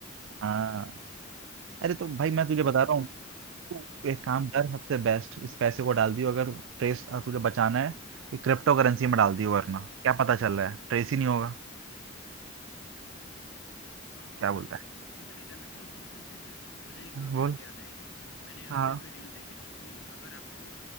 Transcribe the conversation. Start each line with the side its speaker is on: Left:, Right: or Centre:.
Right: हाँ अरे तो
Left: ये सब
Right: भाई मैं
Left: सोचना
Right: तुझे बता
Left: पड़ेगा।
Right: रहा हूँ तू
Left: हाँ,
Right: एक काम कर सबसे बेस्ट इस पैसे को डाल दियो अगर ट्रेस तुझे बचाना है तो क्रिप्टो करेंसी में डाल दियो
Left: हाँ।
Right: वरना क्या पता चल रहा है ट्रेस ही नहीं होगा
Left: अ,
Right: क्या बोलता
Left: क्रिप्टो में नहीं डालना सुन सुन सुन सुन सुन मुझे एक
Right: है बोल
Left: बात याद आई मैंने
Right: हाँ
Left: अभी अभी रील देखी थी कि अगर आपको